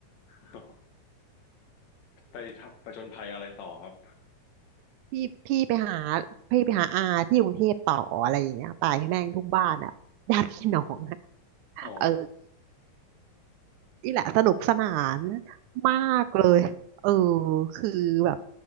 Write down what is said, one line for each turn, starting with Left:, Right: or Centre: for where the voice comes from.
Left: อ ไปทบประจนภัยอะไรต่อครับ
Right: พี่พี่ไปหาพี่ไปหาอาที่กรุงเทพต่ออะไรอย่างเงี้ยตายแม่งทุกบ้านอ่ะญาติพี่น้องอะ
Left: อืมอ๋อ
Right: เออนี่แหละสนุกสนานมากเลยเออคือแบบ